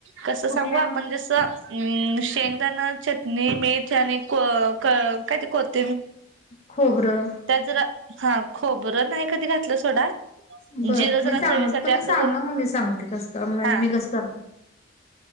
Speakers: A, on the right; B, on the left.
A: कसं
B: कुठल्या
A: सांगू आपण जसं हम् शेंगदाण चटणी मीठ आणि को क काय ते कोथ
B: खोबरं
A: तर हा खोबरं नाह्य कधी घातलं सोडा
B: बर
A: जिरं जरा
B: मी सांग
A: चवीसाठी
B: तुम्ही
A: असं
B: सांगा
A: करून
B: मम्मी सांगते कस म्हणजे
A: हा
B: मी कस करते